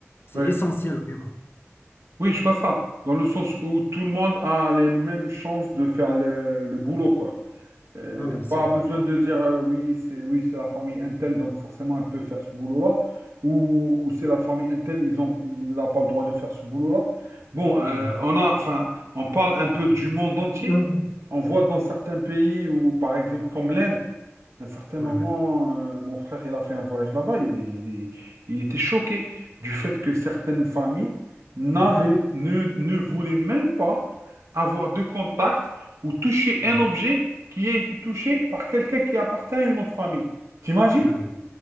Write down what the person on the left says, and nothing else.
C'est
essentiel, vraiment.
Ah oui, c'est
vrai.
Ouais.
Ouais, ouais.
Ouais,
ouais.
Ouais.
Ah oui.